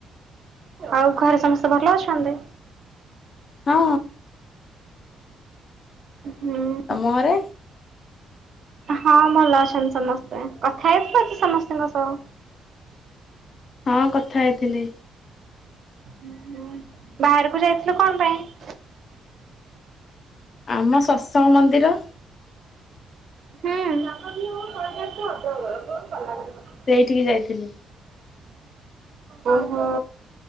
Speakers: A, on the right; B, on the left.
A: ଆଉ ଘରେ ସମସ୍ତେ ଭଲ ଅଛନ୍ତି?
B: ହଁ
A: ହୁଁ
B: ତ ମୁ <inaudible> ହଁରେ
A: ହଁ ଭଲ ଅଛନ୍ତି ସମସ୍ତେ କଥା ହେଇଥିବ ଅଛି ସମସ୍ତଙ୍କ ସହ
B: ହଁ କଥା ହେଇଥିଲି।
A: ହଁ ବାହାରକୁ ଯାଇଥିଲୁ କଣ ପାଇଁ
B: ଆମ ସତ୍ସଙ୍ଗ ମନ୍ଦିର
A: ହୁଁ <inaudible>
B: ସେଇଠିକି ଯାଇଥିଲି।
A: ଓହୋ